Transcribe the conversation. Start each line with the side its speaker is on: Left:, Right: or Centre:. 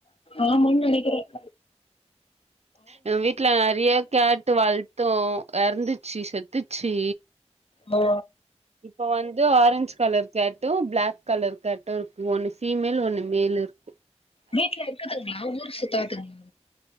Left: ஆம்முன்னு நினைக்கிறேன்
Right: எங்க வீட்டுல நெறைய கேட்டு வள்த்தோம் இறந்துச்சு செத்துச்சு
Left: ஓ
Right: இப்ப வந்து ஆரஞ்ச் கலர் கேட்டு பிளாக் கலர் கேட்டு ஒன்னு பிமேல் ஒன்னு மேல் இருக்
Left: வீட்ல இருக்குதுங்களா ஊரு சுத்தாங்கல்ல